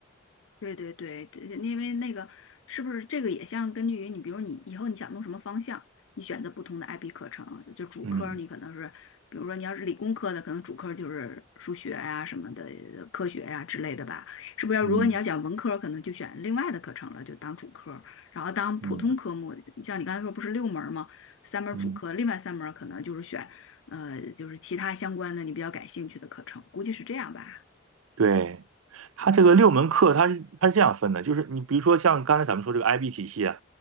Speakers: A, on the left (about 70°); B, on the right (about 80°).
A: 对对对，这因为那个是不是这个也像根据于你，比如你以后你想弄什么方向，你选择不同的 IB 课程，就主科儿你可能是，
B: 嗯
A: 比如说你要是理工科的，可能主科儿就是数学呀、什么的呃科学呀、之类的吧，是不是要？
B: 嗯
A: 如果你要讲文科儿可能就选另外的课程了，就当主科儿然后当普通科目，
B: 嗯嗯。
A: 像你刚才说不是六门儿吗？三门儿主科，
B: 嗯
A: 另外三门儿可能就是选呃就是其他相关的你比较感兴趣的课程，估计是这样吧。
B: 对，它这个六门课，它是它是这样分的，就是你比如说像刚才咱们说这个 IB 体系啊，